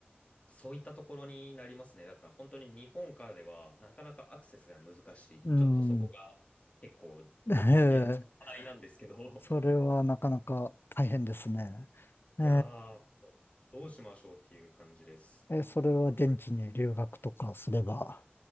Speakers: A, on the left (about 35°); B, on the left (about 65°).
A: そういったところになりますね。だから本当に日本からではなかなかアクセスが難しい。
B: うん。
A: ちょっとそこが結構
B: ええ、
A: 現状の課題なんですけど、
B: それはなかなか大変ですね。
A: <laughs> いやー、
B: え
A: どうしましょうっていう感じです。
B: え、え、それは現地に留学とかすれば。